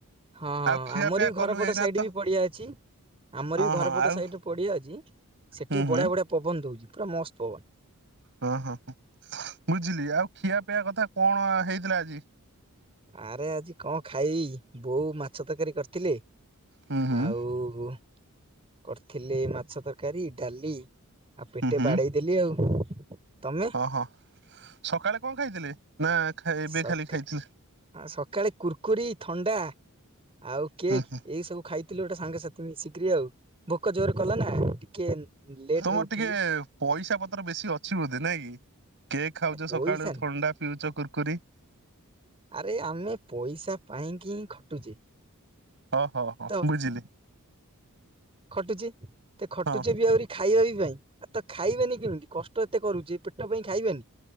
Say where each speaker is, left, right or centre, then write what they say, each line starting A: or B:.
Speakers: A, on the right (about 25°); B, on the right (about 55°).
A: ହଁ ହଁ
B: ଆଉ ଖିଆପିଆ
A: ଆମର ବି
B: କଲୁ
A: ଘରପଟ
B: ଏଇନା
A: ସାଇଟ
B: ତ
A: ବି ପଡିଆ ଅଛି ଆମର
B: ହଁ
A: ବି ଘର
B: ହଁ
A: ପଟ
B: ଆଉ
A: ସାଇଟ ପଡିଆ ଅଛି ସେଠି
B: ହୁଁ ହୁଁ
A: ବଢିଆ ବଢିଆ ପବନ ଦଉଛି ପୁରା ମସ୍ତ ପବନ
B: ହଁ ହଁ ହଁ ବୁଝିଲି ଆଉ ଖିଆ ପିଇଆ କଥା କଣ ହେଇଥିଲା ଆଜି?
A: ଆରେ ଆଜି କଣ ଖାଇ ବୋଉ ମାଛ ତରକାରୀ କରିଥିଲେ
B: ହୁଁ ହୁଁ
A: ଆଉ କରିଥିଲେ ମାଛ ତରକାରୀ ଡାଲି ଆଉ ପେଟେ
B: ହୁଁ ହୁଁ
A: ବାଡେଇଦେଲି ଆଉ ତମେ
B: ଓହୋ ସକାଳେ କଣ ଖାଇଥିଲେ ନା ଏବେ
A: ସକା
B: ଖାଲି ଖାଇଥିଲେ
A: ସକାଳେ କୁୁରକୁରିୀ ଥଣ୍ଡା ଆଉ କେକ୍
B: ହୁଁ ହୁଁ
A: ଏଇ ସବୁ ଖାଇ ଥିଲ ଗୋଟେ ସାଙ୍ଗସାଥି ମିଶିକରି ଆଉ ଭୋକ ଜୋର କଲା ନା ଟିକେ ଲେଟ
B: ତମର
A: ରେ ଉଠିଲି
B: ଟିକେ ପଇସା ପତ୍ର ବେଶୀ ଅଛି ବୋଧେ ନାଇଁ କି କେକ୍ ଖାଉଛ
A: ପଇସା
B: ସକାଳୁ ଥଣ୍ଡା
A: ନୁହଁ
B: ପିଉଛ କୁର୍କୁରି।
A: ଆରେ ଆମେ ପଇସା ପାଇଁକି ହିଁ ଖଟୁଛେ।
B: ଓହୋ ହଁ
A: ତ
B: ବୁଝିଲି।
A: ଖଟୁଛି। ଏ ଖଟୁଛେ
B: ହଁ
A: ବି ଆହୁରି ଖାଇବା ବି ପାଇଁ ଆଉ ତ ଖାଇବେନି କେମିତି କଷ୍ଟ ଏତେ କରୁଛେ ପେଟ ପାଇଁ ଖାଇବେନି।